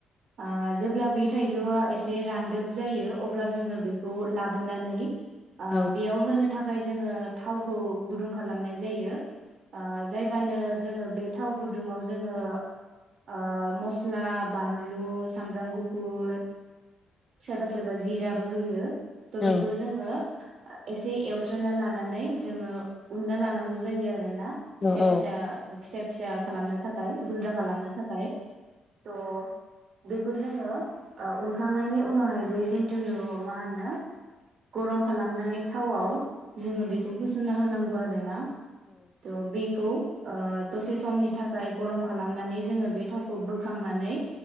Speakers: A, on the right; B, on the left.
A: ओ जेब्ला बे थाइजौआ एसे रानदोब जायो अब्ला जोङो बेखौ लाबोनानै <unintelligible> आ
B: औ
A: बेयावहोनो थाखाय जोङो थावखौ गुदुं खालामनाय जायो ओ जायबानो जोङो बे थाव गुदुङाव जोङो ओ मस्ला बानलु सामब्राम गुफुर सोरबा सोरबा जिराबो होयो थ'
B: औ
A: बेखौ जोङो एसे एवस्रोनना लानानै जोङो उनना लानांगौ जायो आरो ब्ला
B: औ
A: फिसा फिसा फिसा फिसा खालामनो थाखाय गुन्द्रा खालामनो थाखाय थह बेखौ जोङो ओ उनखांनायनि उनावहाय जे जिथुुनु मा होनो गरम खालामनाय थावआव जोङो बेखौ हो सनना होनांगौ आरो ना थ' बिखौ ओ दसे समनि थाखाय गरम खालामनानै जोङो बे थावखौ बोखांनानै